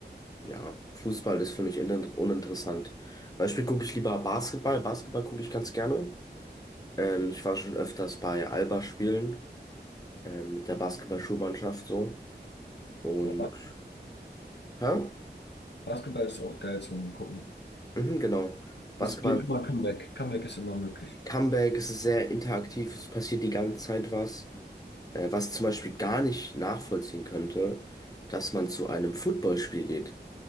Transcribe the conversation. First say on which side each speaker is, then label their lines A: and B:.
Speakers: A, on the left (about 20°); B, on the left (about 75°).
A: ja, Fußball ist für mich innen- uninteressant. Beispiel gucke ich lieber Basketball. Basketball gucke ich ganz gerne. Ähm, ich war schon öfters bei Alba spielen, ähm, mit der Basketball-Schulmannschaft so. Und,
B: Ja, Bas-
A: hä?
B: Basketball ist auch geil zum Gucken.
A: Mhm, genau. Basketball,
B: Es geht immer Comeback. Comeback ist immer möglich.
A: Comeback, es ist sehr interaktiv, es passiert die ganze Zeit was. Äh, was zum Beispiel gar nicht nachvollziehen könnte, dass man zu einem Footballspiel geht.